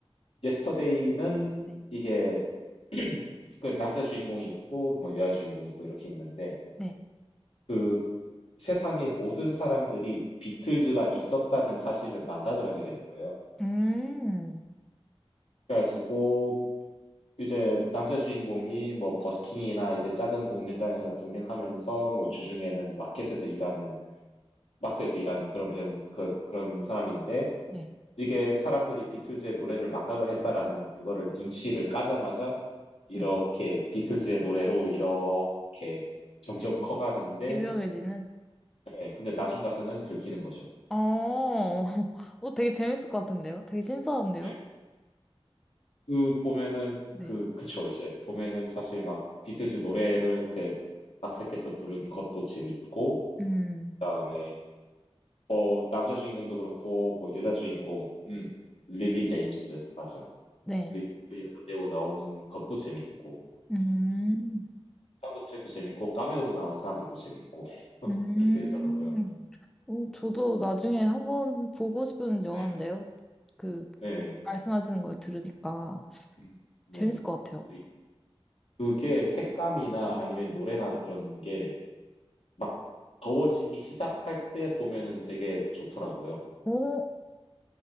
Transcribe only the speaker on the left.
예스터데이는
이게 <clears throat> 그 남자 주인공이 있고 뭐 여자 주인공이 있고 이렇게 있는데
그 세상의 모든 사람들이 비틀즈가 있었다는 사실을 망각을 하게 되는 거예요.
그래가지고 이제 남자 주인공이 뭐 버스킹이나 이제 작은 공연장에서 공연하면서 뭐 주중에는 마켓에서 일하는 마트에서 일하는 그런 배운 그 그런 사람인데
이게 사람들이 비틀즈의 노래를 망각을 했다라는 그거를 눈치를 까자마자 이렇게
비틀즈의 노래로 이렇게 점점
커가는데
예, 근데 나중 가서는 들키는 거죠.
네. 그 보면은
그 그쵸 이제 보면은 사실 막 비틀즈 노래를 그 각색해서 부른 것도 재밌고
그다음에 뭐 남자 주인공도 그렇고 뭐 여자 주인공 음 릴리 제임스 맞아
그 그 여자 배우 나오는 것도 재밌고
사운드 트랙도 재밌고 카메오로 나온 사람들도 재밌고 <laughs>
그렇게 되더라고요.
네.
네.
음, 네.
그리고 그게 색감이나 아니면 노래나 그런 게 막 더워지기 시작할 때 보면은 되게 좋더라고요.